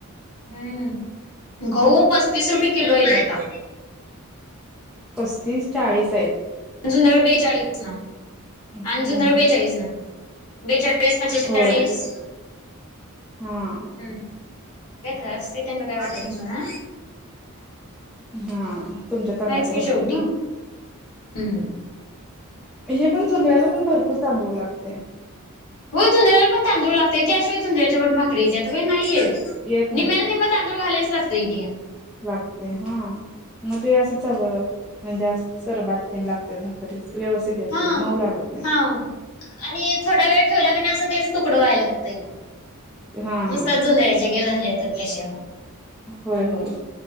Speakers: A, on the left; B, in the centre.
A: हम्म गहु पस्तीस रुपये किलो आहेत आता.
B: पस्तीस, चाळीस आहेत.
A: जुन बेचाळीस न!
B: हम्म
A: आणि जोंधळे बेचाळीस ना बेचाळीस, पंचेचाळीस.
B: होय हा!
A: हम्म, नाहीतर असते त्यांना काय वाटत नसल हा.
B: हा तुमच्या तांदळाच्या
A: आहेच की
B: भाकरी
A: शेवटी
B: ना.
A: हम्म
B: हे पण जोंधळ्याला पण भरपूर तांदूळ लागतय.
A: होय जोंधळ्याला पण तांदूळ लागतय त्याशिवाय जोंधळ्याच्या पण भाकरी येत्यात नाही येत.
B: येत
A: निम्याला
B: नाहीत
A: निम्म तांदूळ घालायच लागतंय की
B: लागतंय हा मग ते असंच हवं. म्हणजे असं चरबाट तेन लागत्यात भाकरी, व्यवस्थित येत
A: हा
B: नाहीत मऊ लागत नाहीत.
A: हा आणि थोडा वेळ ठेवला कान्हाय असं तेच तुकडं व्हायला बघतंय मग.
B: हा
A: नुसत
B: हा
A: जोंधळ्याच्या घेऊन आल्या तर कशा
B: व्हय व्हय!